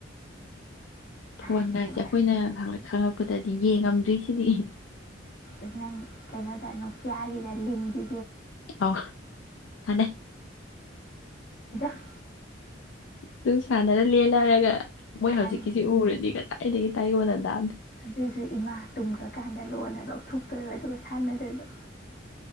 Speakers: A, on the left (about 70°); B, on the left (about 50°).
A: ꯐꯣꯟꯒꯥꯏꯁꯦ
B: ꯑꯗꯨꯃꯥꯏꯅ
A: ꯑꯩꯈꯣꯏꯅ ꯈꯪꯉꯛ ꯈꯪꯉꯛꯄꯗꯗꯤ ꯌꯦꯡꯉꯝꯗꯣꯏꯁꯦ <unintelligible>
B: ꯑꯗꯨ ꯅꯪ ꯀꯩꯅꯣꯗ ꯅꯣꯀꯤꯌꯥꯒꯤꯗ ꯂꯤꯟꯒꯤ
A: ꯑꯥꯎ ꯁꯥꯟꯅꯩ
B: <unintelligible>
A: ꯑꯗꯨꯝ <unintelligible> ꯃꯣꯏ
B: ꯃꯥꯅꯤ
A: ꯍꯧꯖꯤꯛꯀꯤꯁꯤ ꯎꯔꯗꯤ ꯀꯥꯟ ꯈꯋ ꯇꯥꯏꯑꯦꯟ <unintelligible>
B: ꯑꯗꯨꯁꯨ ꯏꯃꯥ ꯇꯨꯝꯈ꯭ꯔꯀꯥꯟꯗ ꯂꯣꯟꯅ ꯂꯧꯊꯣꯛꯇꯣꯏꯕꯥ ꯑꯗꯨꯒ ꯁꯥꯟꯅꯗꯣꯏꯕ